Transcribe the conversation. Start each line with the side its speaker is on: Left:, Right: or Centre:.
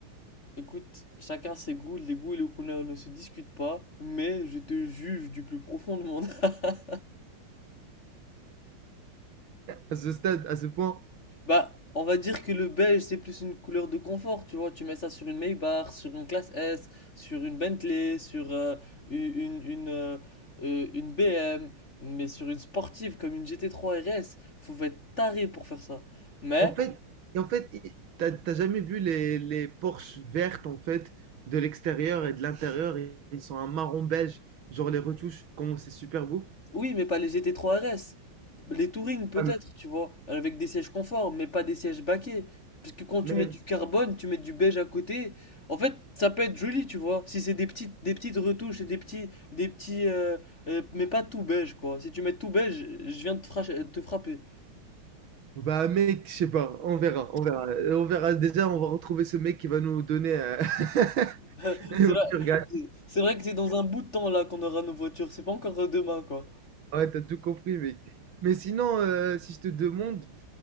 Left: Écoute, chacun ses goûts, les goûts et les couleurs ne se discutent pas, mais je te juge du plus profond de mon âme. <laughs>
Right: À ce stade, à ce point.
Left: Bah, on va dire que le beige, c'est plus une couleur de confort, tu vois, tu mets ça sur une Maybach, sur une classe S, sur une Bentley, sur euh, une, une, une, euh, euh, une BM, mais sur une sportive comme une GT3 RS, faut être taré pour faire ça. Mais
Right: En fait, et en fait, i- t'as t'as jamais vu les, les Porsche vertes, en fait, de l'extérieur et de l'intérieur, i- ils sont un marron beige, genre les retouches, comment c'est super beau.
Left: Oui, mais pas les GT3 RS. Les Touring peut-être,
Right: Ah,
Left: tu vois, avec des sièges confort, mais pas des sièges baquets. Parce que quand tu
Right: Mais,
Left: mets du carbone, tu mets du beige à côté. En fait, ça peut être joli, tu vois. Si c'est des petites, des petites retouches et des petits, des petits, euh, euh, mais pas tout beige, quoi. Si tu mets tout beige, je viens de te frache- te frapper.
Right: bah mec, je sais pas, on verra, on verra. Euh, On verra, déjà, on va retrouver ce mec qui va nous donner euh, <laughs>
Left: <laughs> C'est
Right: une voiture
Left: vrai,
Right: gagnante.
Left: c'est vrai que c'est dans un bout de temps là qu'on aura nos voitures. C'est pas encore demain, quoi.
Right: Ouais, t'as tout compris, mec. Mais sinon, euh, si je te demande...